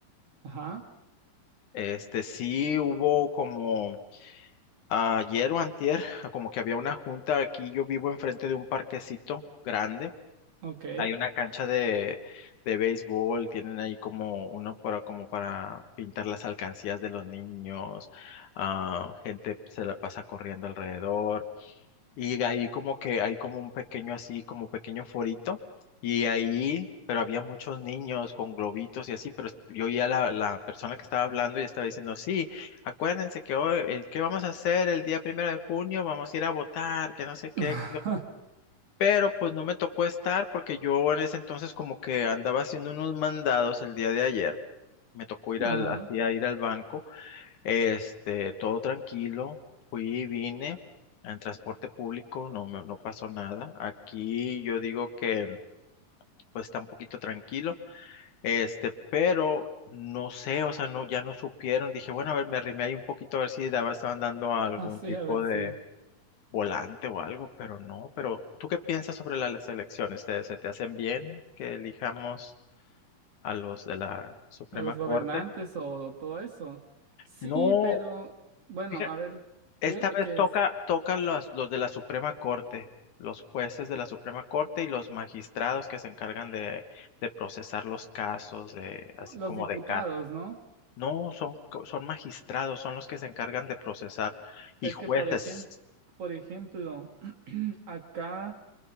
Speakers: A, on the right (about 50°); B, on the left (about 65°).
A: Ajá,
B: Este sí hubo como ayer o antier, como que había una junta aquí, yo vivo enfrente de un parquecito grande
A: ok.
B: Hay una cancha de, de béisbol, tienen ahí como uno para, como para pintar las alcancías de los niños, ah, gente se la pasa corriendo alrededor, y ahí como que hay como un pequeño así, como pequeño forito, y ahí, pero había muchos niños con globitos y así, pero est- yo oía la, la persona que estaba hablando y estaba diciendo, sí, acuérdense que hoy, el, ¿qué vamos a hacer el día primero de junio? Vamos a ir a votar, que no sé qué
A: <laughs>
B: pero pues no me tocó estar porque yo en ese entonces como que andaba haciendo unos mandados el día de ayer. Me tocó ir al,
A: Ajá,
B: así a ir al banco, este, todo tranquilo, fui, y vine en transporte público, no me, no pasó nada. Aquí yo digo que pues está un poquito tranquilo, este, pero no sé, o sea, no, ya no supieron. Dije, bueno, a ver, me arrimé ahí un poquito a ver si daba, estaban dando algún
A: así,
B: tipo
A: a ver
B: de
A: si
B: volante o algo, pero no. Pero, ¿tú qué piensas sobre las elecciones? ¿Te, se te hacen bien que elijamos a los de la Suprema
A: a los
B: Corte?
A: gobernantes o, todo eso. Sí,
B: No,
A: pero bueno,
B: fíjate,
A: a ver,
B: esta
A: fíjate
B: vez
A: que
B: toca,
A: es
B: toca los, los de la Suprema Corte, los jueces de la Suprema Corte y los magistrados que se encargan de, de procesar los casos, de, así
A: los
B: como
A: diputados,
B: de CAT.
A: ¿no?
B: No, son, co- son magistrados, son los que se encargan de procesar y
A: Es
B: jueces.
A: que por ejemplo, por ejemplo, <clears throat> acá